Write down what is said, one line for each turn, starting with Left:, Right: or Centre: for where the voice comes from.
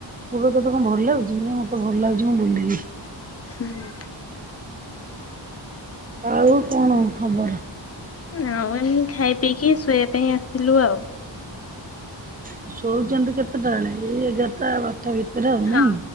Right: ବୋଉ କହିବ ତତେ କଣ ଭଲ ଲାଗୁଛି, ମୁଁ ମତେ ଭଲ ଲାଗୁଛି ମୁଁ ବୁଲେଇବି।
Left: ହୁଁ।
Right: ଆଉ କଣ ଖବର?
Left: ଆଉ ଏମି ଖାଇ ପିଇକି ଶୋଇବା ପାଇଁ ଆସିଲୁ ଆଉ
Right: ଆଉ ଶୋଉଛନ୍ତି କେତେଟା ବେଳେ ଏଇ ଏଗାରଟା ବାରଟା ଭିତରେ ଆଉ
Left: ହଁ
Right: ନାଇଁ।